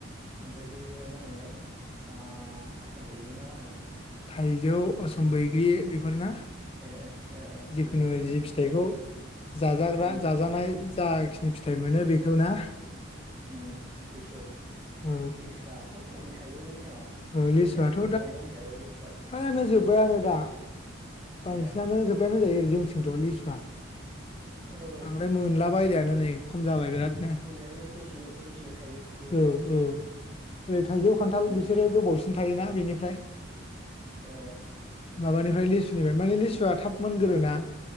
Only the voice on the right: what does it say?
ओमफ्राय बेयो मा होनोमोनलाय आ आसाम बैग्रि ना मा होनोमोनलाय?
ए ओ ओ
बेफोरखौ
जायो आरो।
उम
ओम लिसु
लिसुफ्राथ' खम थायो बे टाइमाव।
दा जोबबायानो होनजाबाय लिसुवा
ओ
औ
गैलालै दसेल' दुसेल' थायो। गोबाव
थाया
उम
ओ